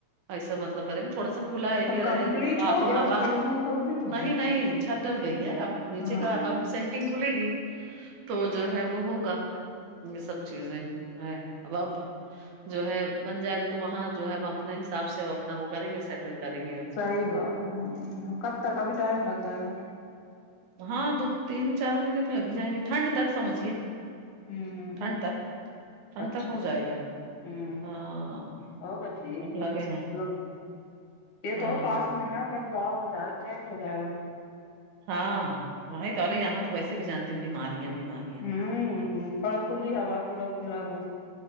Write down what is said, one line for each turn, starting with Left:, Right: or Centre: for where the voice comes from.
Right: ایسا مطلب کریں گے تھوڑا سا کھلا ایریا
Left: تو کمپلیٹ
Right: رہے
Left: ہو
Right: اب
Left: گیا
Right: ہوا
Left: روم کمپلیٹ ہو
Right: نہیں
Left: گیا
Right: نہیں چھت ڈل گئی ہے اب نیچے
Left: ہاں
Right: کا اب سینٹنگ کھلے گی تو جو ہے وہ ہوگا یہ سب چیز ہے اب جو ہے بن جائے گا تو تو وہاں جو ہے ہم اپنے حساب سے اپنا وہ کریں گے سیٹل کریں گے ہم
Left: صحی بات کب تک ابھی ٹائم لگ جائے گا
Right: ہاں دو تین چار مہینے تو لگی جائیں گے ٹھنڈ تک سمجھیے
Left: ہم
Right: ٹھنڈ تک ٹھنڈ
Left: اچھا
Right: تک ہو
Left: اچھا
Right: جائے گا
Left: ہم
Right: ہاں
Left: اور تو ٹھیک
Right: اب
Left: یہاں
Right: لگے
Left: سے
Right: ہیں
Left: مطلب یہ
Right: ہاں
Left: تو پاس میں ہے بنواؤں یہ زیادہ چینج ہو جائے گا
Right: ہاں وہیں تو ارے یہاں تو ویسے بھی جانتے بیماریاں بیماری
Left: ہم تھوڑا کھلی ہا تھوڑا کھلا رم